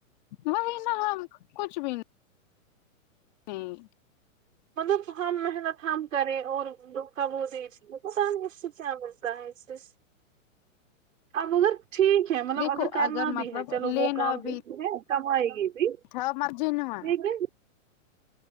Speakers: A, on the left (about 35°); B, on the right (about 70°).
A: وہی نا ہم کچھ بھی نہیں
B: مطلب ہم محنت ہم کریں اور دوکھا وہ دے دیے پتا نہیں اس کو کیا بن کہہ ہے سس اب اگر ٹھیک ہے مطلب
A: دیکھو
B: اگر کرنا بھی
A: مطلب
B: ہے چلو
A: لینا
B: وہ کام
A: بھی
B: دیکھ ہے کمائے گی بھی
A: تھا مر جین ہوا
B: لیکن